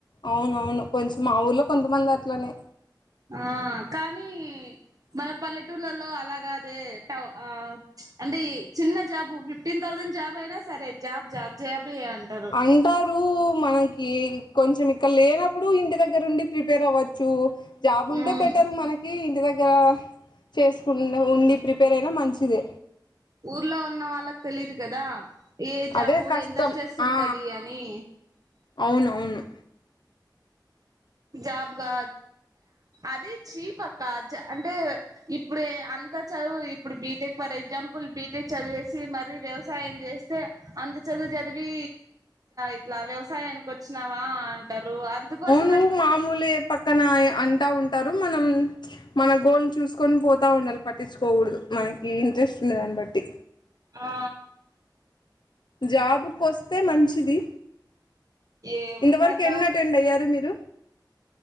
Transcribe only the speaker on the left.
అవునవును కొంచెం మా ఊర్లో కొంతమంది అట్లనే
అంటారు మనకి కొంచెం ఇక్కడ లేనప్పుడు ఇంటి దగ్గర ఉండి ప్రిపేర్ అవ్వచ్చు జాబ్ ఉంటే
బెటర్ మనకి ఇంటి దగ్గ దగ్గర చేసుకు ఉండి ప్రిపేర్ అయినా మంచిదే
అదే కష్టం
ఆ
అవునవును
నువ్వు మామూలే పక్కన అంటా ఉంట రు మనం మన గోల్ చూసుకొని పోతా ఉండాలి పట్టించుకోకూడదు మనకి ఇంట్రెస్ట్ ఉండే దాన్ని బట్టి
జాబుకొస్తే మంచిది
ఇంతవరకు ఎన్ని అటెండ్ అయ్యారు మీరు